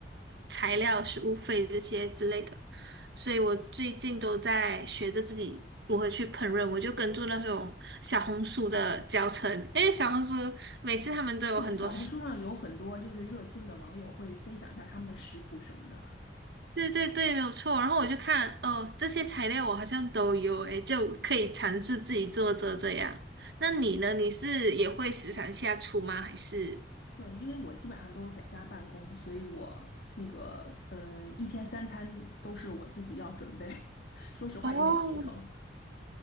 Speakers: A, on the right (about 65°); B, on the left (about 65°).
A: 材料、食物费这些之类的，所以我最近都在学着自己如何去烹饪。我就跟住那种小红书的教程，因为小红书每次他们都有很多食，
B: 是的，小红书上有很多就是热心的网友会分享一下他们的食谱什么的。
A: 对对对，没有错。然后我就看，哦，这些材料我好像都有，诶，就可以尝试自己做着这样。那你呢？你是也会时常下厨吗？还是？
B: 对，因为我基本上都在家办公，所以我那个呃，一天三餐都是我自己要准备。<laughs> 说实话，
A: 哦
B: 有点头疼。